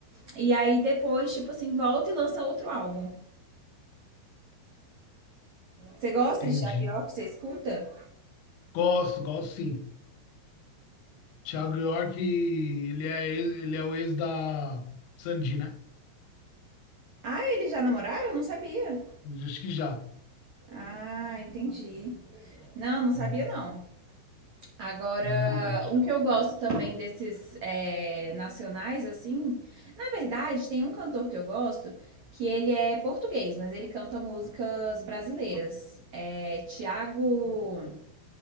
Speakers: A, on the right; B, on the left.
A: E aí depois, tipo assim, volta e lança outro álbum. Você gosta
B: Entendi.
A: de Thiago York? Você escuta?
B: Gosto, gosto sim. Thiago York, ele é, ex- ele é o ex da Sandy, né?
A: Ah, eles já namoraram? Eu Não sabia.
B: Acho que já.
A: Ah, entendi. Não, não sabia
B: Hum,
A: não. Agora,
B: é verdade.
A: um que eu gosto também desses é, nacionais, assim, na verdade, tem um cantor que eu gosto que ele é português, mas ele canta músicas brasileiras. É Tiago.